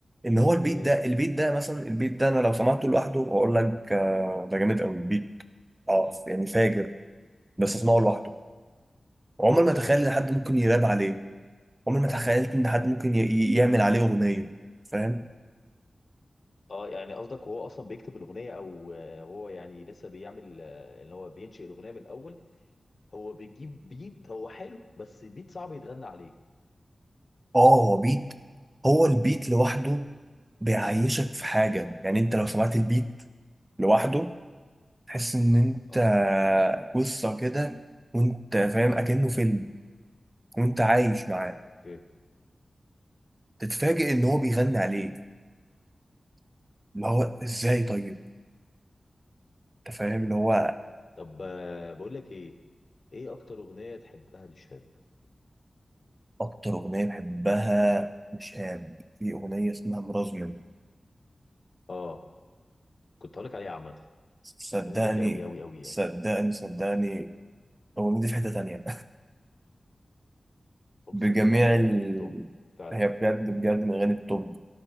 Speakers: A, on the right; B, on the left.
A: ان هو
B: اوكي
A: البيت ده البيت ده مثلا البيت ده انا لو سمعته لوحده اقول لك آه ده جامد قوي البيت اه
B: امم
A: يعني فاجر بس اسمعه لوحده عمر ما
B: تمام
A: تخيل ان حد ممكن يراب عليه عمر ما تخيلت ان حد ممكن
B: حلو
A: ي- ي- يعمل عليه اغنيه فاهم
B: اه يعني قصدك هو اصلا بيكتب الاغنيه او آه، هو يعني لسه بيعمل آه، اللي هو بينشئ الاغنيه من الاول هو بيجيب بيت هو حلو بس بيت صعب يتغنى عليه
A: اه هو بيت هو البيت لوحده بيعيشك في حاجه يعني انت لو سمعت البيت لوحده تحس ان انت
B: اه
A: قصة كده وانت فاهم اكنه فيلم وانت عايش معاه
B: اوكي
A: تتفاجئ ان هو بيغني عليه اللي هو ازاي طيب انت فاهم اللي هو
B: طب آه، بقول لك ايه ايه اكتر اغنيه تحبها للشهاب
A: اكتر اغنية بحبها مش هام في اغنية اسمها مرازمن
B: اه كنت هقولك عليها عامة
A: صدقني
B: الأغنية دي جامدة أوي أوي أوي يعني
A: صدقني صدقني الاغنية دي في حتة تانية <laughs>
B: أقسم
A: بجميع
B: بالله من الأغاني
A: ال...
B: التوب فعلا
A: هي بجد بجد من اغاني التوب